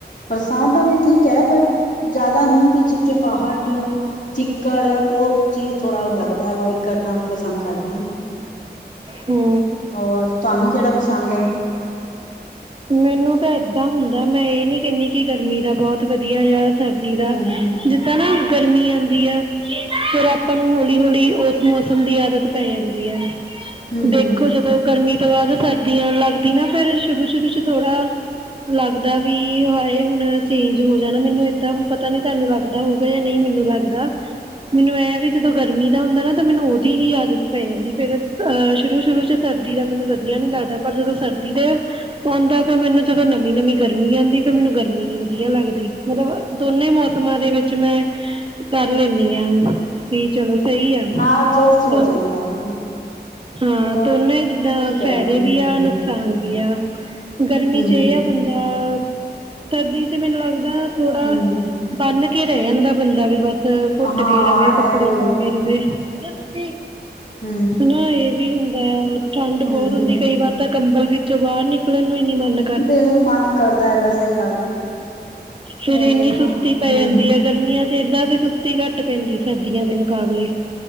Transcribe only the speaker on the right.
ਹੂੰ
ਮੈਨੂੰ ਤਾਂ ਏਦਾਂ ਹੁੰਦਾ, ਮੈਂ ਇਹ ਨੀ ਕਹਿੰਦੀ ਕਿ ਗਰਮੀ ਦਾ ਬਹੁਤ ਵਧੀਆ ਆ। ਸਰਦੀ ਦਾ,
ਜਿੱਦਾਂ ਨਾ ਗਰਮੀ ਆਉਂਦੀ ਆ। ਫਿਰ ਆਪਾਂ ਨੂੰ ਹੌਲੀ ਹੌਲੀ ਉਸ ਮੌਸਮ ਦੀ ਆਦਤ ਪੈ ਜਾਂਦੀ ਹੈ।
ਦੇਖੋ
ਜਦੋਂ ਗਰਮੀ ਤੋਂ ਬਾਅਦ ਸਰਦੀ ਆ ਲੱਗਦੀ ਨਾ, ਫਿਰ ਸ਼ੁਰੂ ਸ਼ੁਰੂ ਚ ਥੋੜਾ। ਲੱਗਦਾ ਵੀ ਹਾਏ ਹੁਣ ਚੇਂਜ ਹੋ ਜਾਣਾ, ਮੈਨੂੰ ਏਦਾਂ ਹੁਣ ਪਤਾ ਨੀ ਤੁਹਾਨੂੰ ਲੱਗਦਾ। ਲੱਗਦਾ ਹੋਊਗਾ ਜਾਂ ਨਹੀਂ। ਮੈਨੂੰ ਲੱਗਦਾ। ਮੈਨੂੰ ਇਹ ਹੈ ਵੀ ਜਦੋਂ ਗਰਮੀ ਦਾ ਹੁੰਦਾ ਨਾ, ਤਾਂ ਮੈਨੂੰ ਉਹਦੀ ਹੀ ਆਦਤ ਪੈ ਜਾਂਦਾ, ਫਿਰ ਅਹ ਸ਼ੁਰੂ ਸ਼ੁਰੂ ਚ ਸਰਦੀ ਦਾ, ਮੈਨੂੰ ਵਧੀਆ ਨੀ ਲੱਗਦਾ ਪਰ ਜਦੋਂ ਸਰਦੀ ਦੇ। ਆਉਂਦਾ, ਫਿਰ ਮੈਨੂੰ ਜਦੋਂ ਨਵੀਂ ਨਵੀਂ ਗਰਮੀ ਆਂਦੀ, ਫਿਰ ਮੈਨੂੰ ਗਰਮੀ ਨੀ ਵਧੀਆ ਲੱਗਦੀ ਮਤਲਬ ਦੋਨੇ ਮੌਸਮਾਂ ਦੇ ਵਿੱਚ। ਮੈਂ ਕਰ ਲੈਂਦੀ ਆ ਵੀ, ਚਲੋ ਸਹੀ ਆ
ਦੋ।
ਹਾਂ
ਦੋਨਾਂ, ਜਿੱਦਾਂ
ਫਾਇਦੇ
ਵੀ ਆ
ਨੁਕਸਾਨ ਵੀ ਆ, ਗਰਮੀ
ਚ ਇਹ ਆ। ਬੰਦਾ ਸਰਦੀ ਚ ਮੈਨੂੰ ਲੱਗਦਾ ਥੋੜਾ।
ਬੰਨ੍ਹ ਕੇ ਰਹਿ ਜਾਂਦਾ ਬੰਦਾ ਵੀ ਬੱਸ ਘੁੱਟ
ਕੇ ਰਵੇ ਕੱਪੜੇ
ਪਾ ਕੇ ਰਵੇ, ਤੁਸੀਂ
ਹਾਂ ਇਹ ਵੀ ਹੁੰਦਾ ਹੈ, ਠੰਡ ਬਹੁਤ
ਹੁੰਦੀ, ਕਈ ਵਾਰ ਤਾਂ ਕੰਬਲ ਵਿੱਚੋਂ ਬਾਹਰ ਨਿਕਲਣ ਨੂੰ ਹੀ ਨੀ ਮੰਨ।
ਫਿਰ
ਇੰਨੀ
ਸੁਸਤੀ ਪੈ
ਜਾਂਦੀ ਹੈ। ਗਰਮੀਆਂ ਚ ਏਦਾਂ ਦੀ ਸੁਸਤੀ ਘੱਟ ਪੈਂਦੀ ਸਰਦੀਆਂ ਦੇ ਮੁਕਾਬਲੇ।